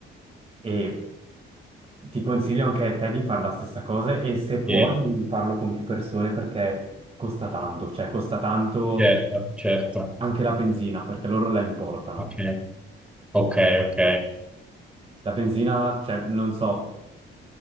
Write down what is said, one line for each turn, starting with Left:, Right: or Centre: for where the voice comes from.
Right: E ti consiglio anche a te di fare la stessa cosa e se puoi
Centre: sì,
Right: di di farlo con più persone perché costa tanto, cioè costa tanto
Centre: certo, certo.
Right: anche la benzina perché loro la importano.
Centre: Ok, ok, ok.
Right: La benzina, cioè, non so,